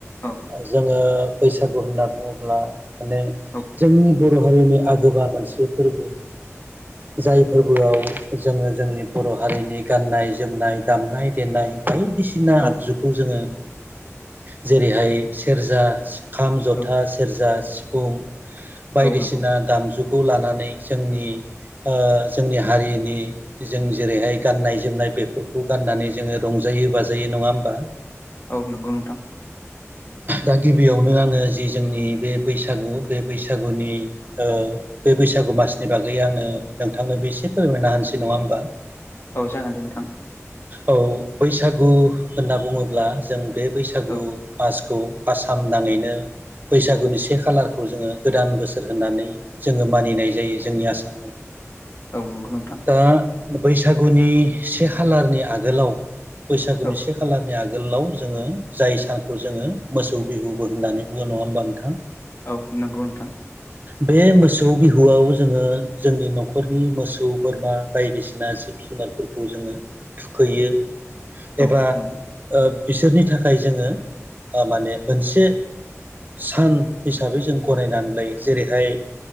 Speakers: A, on the left (about 50°); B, on the right (about 35°).
A: औ
B: जोङो बैसागु होनना बुङोब्ला माने
A: औ
B: जोंनि बर' हारिनि आगोबा मोनसे फोरबो। जाय फोर बोआव जोङो जोंनि बर' हारिनि गाननाय जोमनाय, दामनाय देनाय बायदि सिना
A: औ
B: जोङो जेरैहाय सेरजा, सिखाम जथा,
A: औ
B: सेरजा, सि फुं बायदिसिना
A: औ नंगौ
B: दामजुखौ लानानै जोंनि ओ जोंनि हारिनि जों जेरैहाय गाननाय जोमनाय बेफोरखौ गाननानै जोङो रंजा जायो बाजायो नङा होमबा?
A: औ नंगौ नोंथां
B: दा गिबियावनो आङो जि जोंनि बे बैसागु बे बैसागुनि ओ बे बैसागु मासनि बागै आङो नोंथांनोबो एसे फोरमायनो होनानोसै नङा होमबा?
A: औ जागोन दे नोंथां।
B: औ बैसागु होनना बुङोब्ला जों बे बैसागु
A: औ
B: मास खौ आसाम नाङैनो बैसागुनि से खालारखौ जोङो गोदान बोसोर होननानै जोङो मानिनाय जायो जोंनि आसामाव
A: औ नंगौ नोंथां।
B: दा बैसागुनि से खालारनि आगोलाव बैसागुनि
A: औ
B: से नि आगोलाव जोङो जाय सानखौ जोङो मोसौ बिहुबो होननानै बुङो, नङा होमबा नोंथां?
A: औ नंगौ नोंथां।
B: बे मोसौ बिहुआव जोङो जोंनि न'खरनि मोसौ बोरमा बायदिसिना जि ब जुनारफोरखौ जोङो थुखैयो।
A: औ
B: एबा
A: नंगौ
B: ओ बिसोरनि थाखाय जोङो ओ माने मोनसे सान हिसाबै जों गनायनानै लायो जेरैहाय,